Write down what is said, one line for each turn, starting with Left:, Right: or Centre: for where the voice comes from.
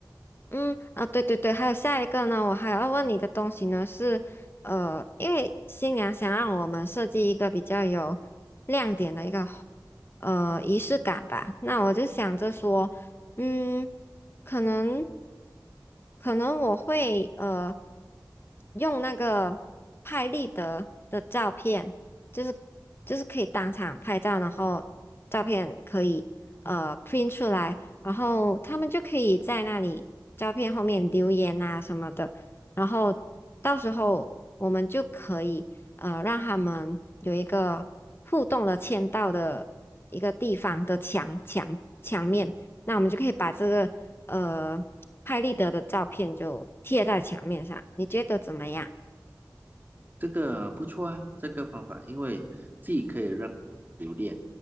Left: 嗯啊，对对对，还有下一个呢，我还要问你的东西呢是，呃，因为新娘想让我们设计一个比较有亮点的一个呃仪式感吧，那我就想着说，嗯，可能可能我会呃用那个拍立得的照片，就是就是可以当场拍照，然后照片可以呃 print 出来，然后他们就可以在那里。照片后面留言啊什么的，然后到时候我们就可以呃让他们有一个互动的签到的一个地方的墙墙墙面，那我们就可以把这个呃拍立得的照片就贴在墙面上，你觉得怎么样？
Right: 这个不错啊，这个方法，因为既可以让留恋，